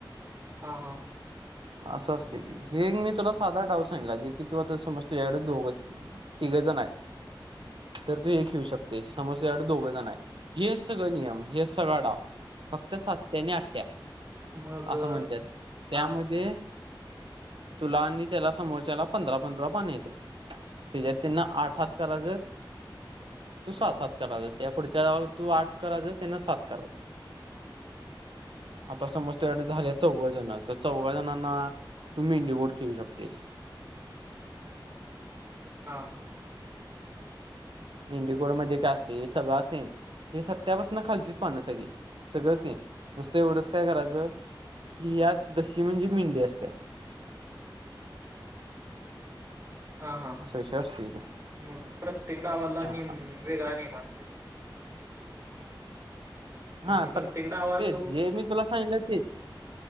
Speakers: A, on the right (about 30°); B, on the right (about 80°).
A: हा हा.
B: असं असते ती हे मी तुला सादा डाऊ सांडला जे की तू आता समज तुझ्याकडे दोघं तिघेजण आहेत तर तू एक येऊ शकतेस समज तूझ्याकडे दोघं जण आहेत हेच सगळं नियम हेच सगळा डाव फक्त सात्या आणि आठ्या
A: मग
B: असं म्हणत्यात त्यामध्ये
A: हा
B: तुला आणि त्याला समोरच्याला पंधरा पंधरा पान येते त्याच्यात त्यांना आठ हात करायचत तू सात हात करायचस त्या पुढच्या तू आठ करायचस त्याना सात करायचं
A: <inaudible> <inaudible>
B: आता समज तुझ्याकडे झाल्या चौघ जण तर चौघ जणांना तुम्ही इंडी गोट खेळू शकतेस.
A: हा
B: मेंडीकोटमध्ये काय असतंय, सगळा सेम हे सत्यापासून खालचीच पान सगळी. सगळं सेम. नुसत एवढंच काय करायचं कि यात दशी म्हणजे मेंडे असत्या.
A: हा हा
B: असा विषय असतो इथे
A: मग प्रत्येक डावाला नेम
B: हा
A: वेगळा नियम असेल. म्हणजे
B: हा
A: प्रत्येक
B: पर
A: डावात
B: तेच
A: हो
B: जे मी तुला सांगितलं तेच.